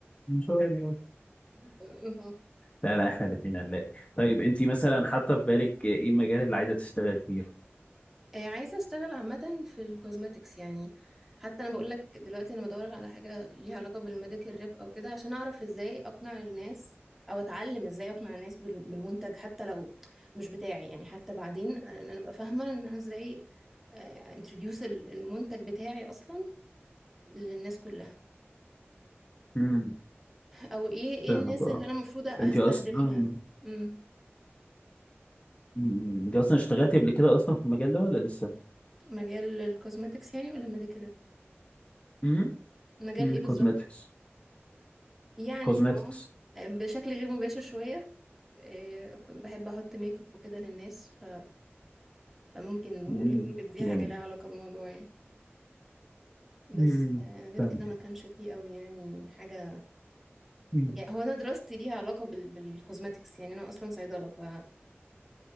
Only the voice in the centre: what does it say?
<laughs>
آه، عايزة اشتغل عامة في الكوزماتكس يعني حتى انا بقول لك دلوقتي انا بدور على حاجة ليها علاقة بالميديكال ريب او كده عشان اعرف ازاي اقنع الناس او اتعلم ازاي اقنع الناس بال- بالمنتج حتى لو مش بتاعي يعني حتى بعدين ان انا ابقى فاهمة ان انا ازاي انتروديوس المنتج بتاعي اصلا للناس كلها
او ايه ايه
الناس
اللي انا المفروض هستهدفها
امم
مجال الكوزماتكس يعني ولا الميديكال ريب
مجال ايه
بالظبط يعني
اه بشكل غير مباشر شوية إيه، كنت بحب احط ميك اب وكده للناس ف... فممكن نقول
إن دي
حاجه لها علاقه بالموضوع يعني بس
آه، غير
كده ما كانش فيه قوي يعني حاجه
يعني هو انا دراستي ليها علاقه بال... بالكوزماتكس يعني انا اصلا صيدله ف